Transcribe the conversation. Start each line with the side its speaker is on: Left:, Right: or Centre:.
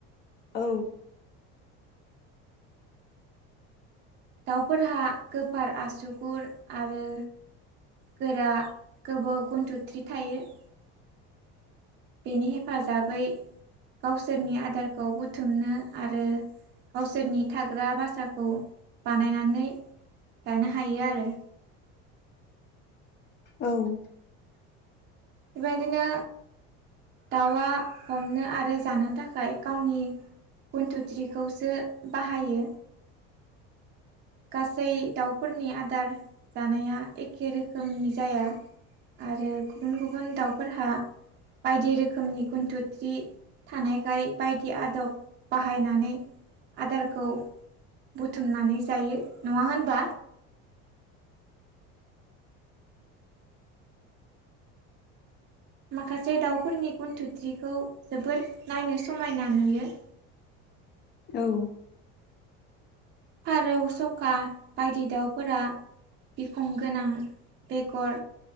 Left: औ
Right: दाउफोरहा गोफार आसुगुर आरो गोरा गोबोव गुनथ्रुथ्रि थायो ‌। बेनि हेफाजाबै गावसोरनि आदारखौ बुथुमनो आरो गावसोरनि थाग्रा भासाखौ बानायनानै लानो हायो आरो।
Left: औ
Right: बेबायदिनो दाउआ हमनो आरो जानो थाखाय गावनि गुनथ्रुथ्रिखौसो बाहायो। गासै दाउफोरनि आदार जानाया एखे रोखोमनि जाया। आरो गुबुन गुबुन दाउफोरहा बायदि रोखोमनि गुनथ्रुथ्रि थानायखाय बायदि आदब बाहायनानै आदारखौ बुथुमनानै जायो नङा होनबा? माखासे दाउफोरनि गुनथ्रुथ्रिखौ जोबोर नायनो समायना नुयो।
Left: औ।
Right: फारौ सका बायदि दाउफोरा बिखं गोनां बेगर